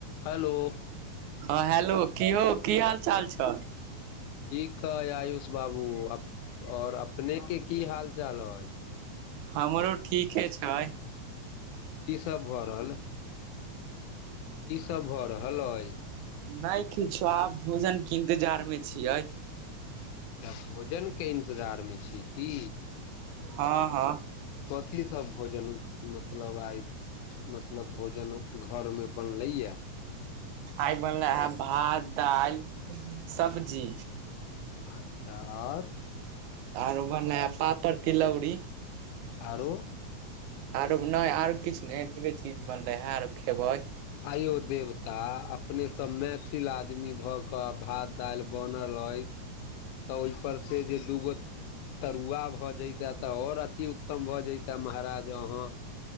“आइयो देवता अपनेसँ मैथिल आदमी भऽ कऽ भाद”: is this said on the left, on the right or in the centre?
Left